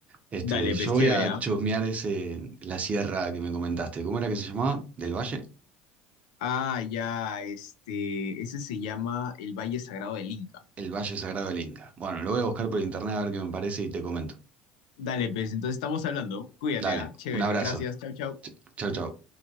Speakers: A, on the right; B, on the left.
A: Este,
B: Dale,
A: yo
B: pues
A: voy
B: chévere,
A: a
B: ¿ah?
A: chusmear ese, la sierra que me comentaste. ¿Cómo era que se llamaba? ¿Del Valle?
B: Ah, ya, este, ese se llama el Valle Sagrado del Inca.
A: El Valle Sagrado del Inca. Bueno, lo voy a buscar por
B: Sí.
A: internet a ver qué me parece y te comento.
B: Dale, pues, entonces estamos hablando. Cuídate,
A: Dale,
B: ¿ah? Chévere,
A: un abrazo.
B: gracias, chau, chau.
A: Ch- Chau, chau.